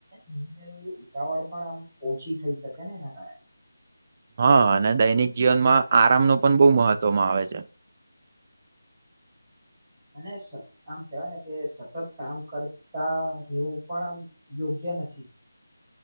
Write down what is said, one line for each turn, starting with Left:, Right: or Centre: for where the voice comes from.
Centre: બિનજરૂરી ઉતાવળ પણ આમ ઓછી થઈ શકે ને એના કારણે?
Right: હા અને દૈનિક જીવનમાં આરામનો પણ બહુ મહત્વમાં આવે છે.
Centre: અને આમ કેવાયને કે સતત કામ કરતા રહેવું પણ આમ યોગ્ય નથી.